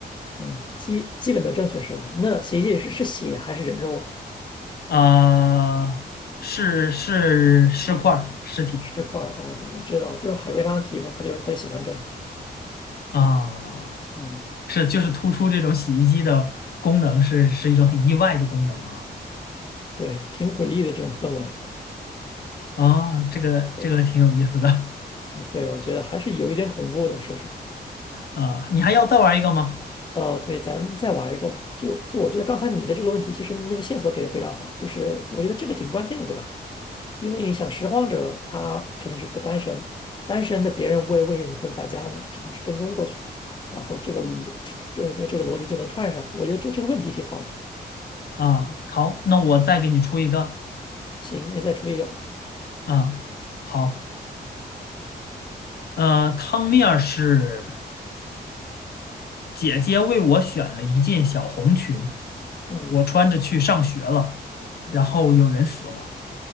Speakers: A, on the left; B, on the left.
A: 嗯，基基本都正确是吧？那洗衣机里是是血还是人肉啊？
B: 啊，是是尸块儿尸体。
A: 尸块儿？哦，对，我知道这种海龟汤题目，他就他就喜欢这样。
B: 啊，
A: 嗯，
B: 是就是突出这种洗衣机的功能是是一种很意外的功能啊
A: 对对，挺诡异的这种氛围。
B: 啊，这个这个挺有意思的
A: 对，啊，对，我觉得还是有一点恐怖的，说实。话。
B: 啊，你还要再玩一个吗？
A: 哦，对，咱再玩一个吧。就就我觉得刚才你的这个问题，其实那个线索给的非常好，就是我觉得这个挺关键的，对吧？因为你想拾荒者他肯定是个单身，单身的别人为为什么会是大家呢？只能是跟踪过去，然后这个逻这这这这个逻辑就能串上。我觉得这这个问题挺好的。
B: 啊，好，那我再给你出一个
A: 行，那你再出一个吧。
B: 啊，好，呃，汤面儿是姐姐为我选了一件小红裙，
A: 嗯
B: 我穿着去上学了，
A: 嗯
B: 然后有人死了，